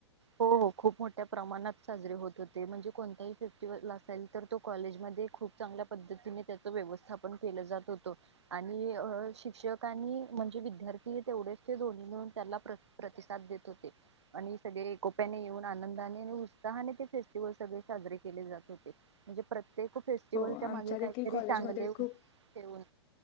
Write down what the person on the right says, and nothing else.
हो, हो खूप मोठ्या प्रमाणात साजरे होत होते. म्हणजे कोणताही फेस्टिवल असाल तर तो कॉलेजमध्ये खूप चांगल्या पद्धतीने त्याच व्यवस्थापन केलं जात होतं. आणि शिक्षक आणि म्हणजे विद्यार्थी तेवढेच ते दोन्ही मिळून त्याला प्र प्रतिसाद देत होते. आणि सगळे कोप्याने येऊन आनंदाने आणि उत्साहाने ते फेस्टिवल सगळे साजरे केले जात होते. को म्हणजे प्रत्येक फेस्टिवलच्या
मागे
काहीतरी
चांगले ऊ
ठेऊन